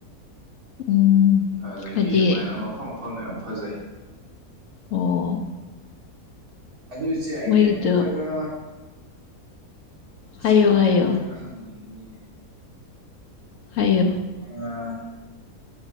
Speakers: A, on the left; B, on the right.
A: ꯎꯝ
B: ꯑꯗꯨꯗꯒꯤ
A: ꯍꯥꯏꯗꯤ
B: ꯑꯗꯨꯃꯥꯏꯅ ꯃꯐꯝ ꯃꯐꯝꯗ ꯌꯥꯝ ꯐꯖꯩ
A: ꯑꯣ
B: ꯑꯗꯣ ꯏꯆꯦ ꯑꯩ
A: ꯃꯣꯏꯒꯤꯗꯣ
B: ꯀꯩꯅꯣꯝꯇꯒ ꯏꯆꯦꯗꯩ
A: ꯍꯥꯏꯌꯣ ꯍꯥꯏꯌꯣ
B: ꯀꯩꯝꯇꯒ ꯍꯪꯅꯤꯡꯉꯤꯅꯤꯅꯦ
A: ꯍꯥꯏꯌꯣ
B: ꯎꯝ